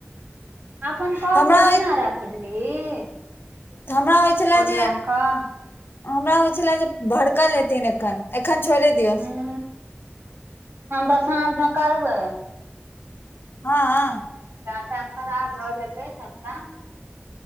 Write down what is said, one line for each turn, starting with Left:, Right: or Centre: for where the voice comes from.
Right: अपन काँल
Left: हमरा
Right: के ओहिना
Left: होइ
Right: रखबिही
Left: हमरा होइ छले
Right: ओरिया
Left: जे
Right: कऽ
Left: हमरा होइ छले जे भड़कल लेथिन एखन एखन छोड़े दियोसँ
Right: ह हम तऽ साँझमे करबै
Left: हँ ह
Right: टा खराब भ जेतै सबटा